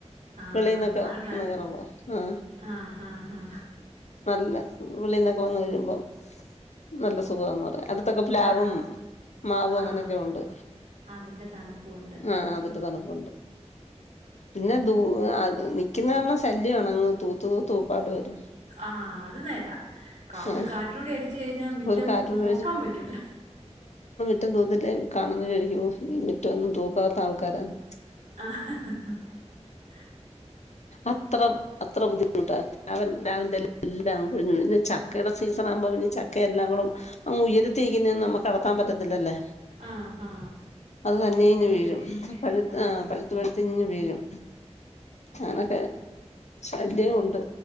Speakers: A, on the right; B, on the left.
A: ആ
B: വിെളിന്നൊക്കെ
A: അത് ന
B: ഒന്ന് കേയറുമ്പോ ആ
A: ആ ഹാ ഹാ
B: നല്ല വിളിന്നൊക്കെ വന്ന് കഴുമ്പോ അ നല്ല സുഖന്ന് പറയാം അടുത്തൊക്കെ പ്ലാവും
A: ആ
B: മാവുംവും
A: ആ
B: അങ്ങനെയൊക്കെ
A: ഹാ
B: ഉണ്ട്
A: അതിൻ്റെ തണുപ്പുമുണ്ട്
B: ആ അതിന്റെ തണുപ്പുണ്ട് പിന്നെ ദൂ നിക്കുന്ന പറഞ്ഞ ശല്യം വണങ്ങ് തൂത്ത തൂത്ത്ൂപ്പാട് വരും
A: ആഹ അത് നേരാ കാ ഒരു
B: ആഹ്
A: കാറ്റൂടി അടിിച്ച കഴിഞ്ഞാൽ മറ്റം
B: ഒരു കാറ്റൂടെ
A: നോക്കാൻ പറ്റൂല
B: മുറ്റം തൂതില്ല കാണുന്ന കഴിക്കൂ മറ്റൊന്നും തൂക്കാത്ത ആൾക്കാരാാണ്
A: ആഹ
B: അത്ര അത്ര ബുദ്ധിമുട്ട് പിലാവിന്റി എല്ലാംഴ ചക്കെടെ സിസൺ ആകുമ്പോൾ അവരെ ഈ ചക്ക- എല്ലാംും ഉയരത്തിരിക്കുന്നന്ന് നമ്മുക്ക് അടത്താൻ പറ്റത്തില്ലല്ലേ
A: ആ ആ
B: അത് തന്നെ ഇഞ്ഞ്
A: എൽ
B: വീഴും പഴു
A: ആ
B: പഴുത്ത പഴുത്തി ഇഞ്ഞ് വീഴും ഉം അങ്ങനൊക്കെ ശല്യംുണ്ട്